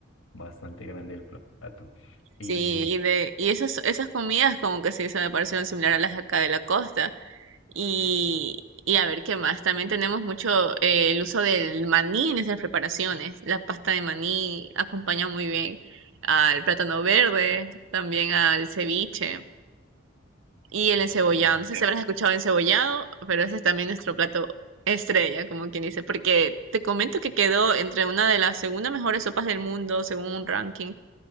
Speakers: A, on the left; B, on the right.
A: bastante grande el plato. Y,
B: sí, y, de, y esas, esas comidas como que sí se me parecieron similar a las de acá de la costa. Y, y a ver qué más, también tenemos mucho eh, el uso del maní en esas preparaciones. La pasta de maní acompaña muy bien al plátano verde, también al ceviche. Y
A: ok,
B: el encebollado, no sé Sí. si habrás escuchado encebollado, pero ese es también nuestro plato estrella, como quien dice, porque te comento que quedó entre una de las segunda mejores sopas del mundo, según un ranking